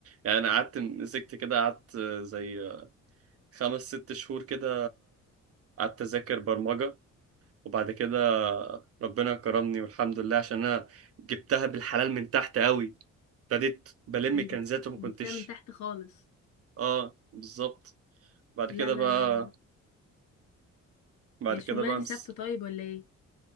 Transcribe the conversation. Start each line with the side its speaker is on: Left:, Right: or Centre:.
Right: يعني انا قعدت مسكت كده قعدت زي خمس ست شهور كده قعدت اذاكر برمجة وبعد كده ربنا كرمني والحمد لله عشان انا جبتها بالحلال من تحت قوي ابتديت بلم
Left: انت
Right: كنزات وما
Left: جبتها
Right: كنتش
Left: من تحت خالص
Right: اه بالظبط بعد
Left: لا
Right: كده
Left: لا
Right: بقى
Left: لا لا لا.
Right: بعد
Left: هي الشغلانة
Right: كده بقى
Left: دي
Right: مس...
Left: ثابتة طيب ولا ايه